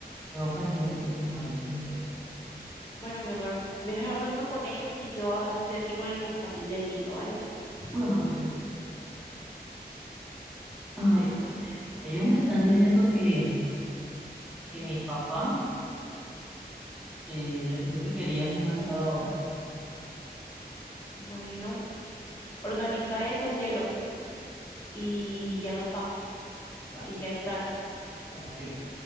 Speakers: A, in the centre; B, on the left.
A: quedo pendiente a que tú me avises entonces.
B: bueno, mi amor, ve hablando con ellos y yo ah, estoy aquí con el compartir del niño, ¿vale?
A: Bueno, mi cielo. Ay, hombre. ellos me están diciendo que, que mi papá eh, les dijo que querías un asado ahora.
B: Bueno, organiza eso, cielo. y ya nos vamos,
A: Vale,
B: que ya es tarde.
A: bueno, listo.